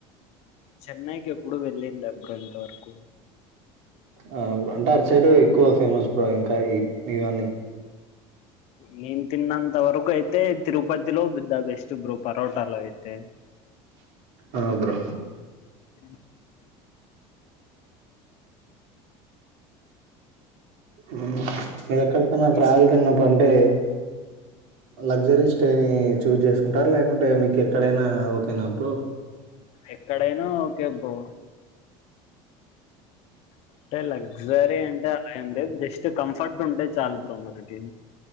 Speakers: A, on the left; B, on the right.
A: చెన్నైకి ఎప్పుడు వెళ్ళింది అబ్బ ఇ ఇంతవరకు
B: ఆ బ్రో అంటే అటు సైడ్ ఎక్కువ ఫేమస్ బ్రో ఇంకా ఇవన్నీ
A: నేన్ తిన్నంత ఇంత వరకు అయితే తిరుపతిలో ద బెస్ట్ బ్రో పరోటాలో అయితే
B: ఆ బ్రో
A: మ్మ్
B: మ్మ్ పడక్ ఎక్కడికన్నా
A: మీ
B: ట్రావెల్ కిన్నప్పుడు అంటే లగ్జరీ స్టే ని చూజ్ చేసుకుంటారు లేకుంటే మీకు ఎక్కడైనా ఓకేనా బ్రో
A: ఎక్కడైనా ఓకే బ్రో అంటే లగ్జరీ అంటే ఏం లేద్ జస్ట్ ట్ కంఫర్ట్ ఉంటే చాలా బ్రో మనకి